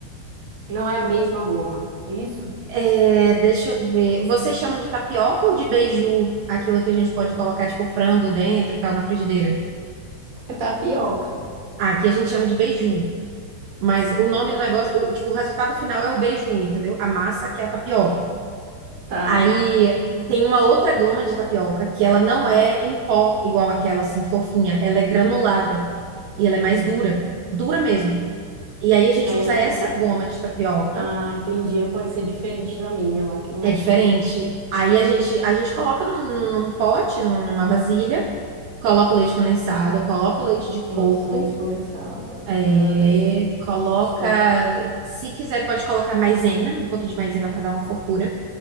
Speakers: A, on the right; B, on the right.
A: Não é a mesma goma. Isso?
B: É, deixa eu ver. Vocês chamam de tapioca ou de beiju? Aquilo que a gente pode colocar, tipo, frango dentro e tal, na frigideira?
A: É tapioca.
B: Ah, aqui a gente chama de beiju. Mas o nome do negócio, o, tipo, o resultado final é o beiju, entendeu? A massa que é a tapioca.
A: Tá.
B: Aí tem uma outra goma de tapioca que ela não é em pó igual aquela assim fofinha, ela é granulada e ela é mais dura, dura mesmo. E aí a gente
A: Ah,
B: usa
A: eu
B: essa
A: não gosto de
B: goma
A: tudo.
B: de tapioca,
A: Ah, entendi. É, Pode ser diferente da minha lá, que não
B: é
A: é
B: diferente.
A: assim, não.
B: Aí a gente a gente coloca num, num- num pote, num- numa vasilha, coloca o leite condensado, coloca o leite de
A: Nossa,
B: coco,
A: leite condensado.
B: é,
A: Ai,
B: coloca,
A: gostoso.
B: se quiser pode colocar maisena, um pouquinho de maisena para dar uma fofura.